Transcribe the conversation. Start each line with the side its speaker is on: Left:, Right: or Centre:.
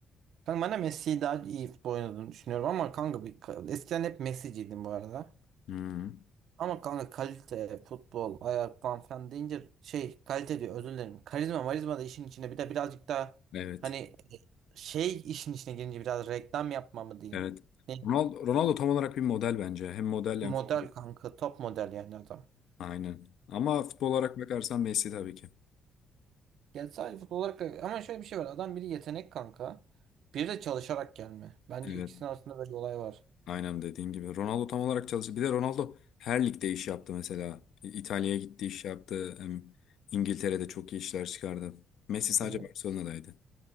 Right: Kanka ben de Messi'yi daha iyi futbol oynadığını düşünüyorum ama kanka bir, eskiden hep Messi'ciydim bu arada.
Left: Hı.
Right: Ama kanka kalite, futbol, ayak falan falan deyince şey kalite diyor özür dilerim. Karizma marizma da işin içine bir de birazcık daha
Left: Evet.
Right: hani e, şey işin içine girince biraz reklam yapma mı diyeyim.
Left: Evet.
Right: Ne,
Left: Ronaldo, Ronaldo tam olarak bir model bence. Hem model hem
Right: model
Left: futbol.
Right: kanka top model yani adam.
Left: Aynen. Ama futbol olarak bakarsan Messi tabii ki.
Right: Yani sadece futbol olarak ama şöyle bir şey var adam biri yetenek kanka. Biri de çalışarak gelme. Bence
Left: Evet.
Right: ikisinin arasında böyle bir olay var.
Left: Aynen dediğin gibi. Ronaldo tam olarak çalıştı. Bir de Ronaldo her ligde iş yaptı mesela. İtalya'ya gitti iş yaptı. Hem İngiltere'de çok iyi işler çıkardı. Messi sadece
Right: Tabii.
Left: Barcelona'daydı.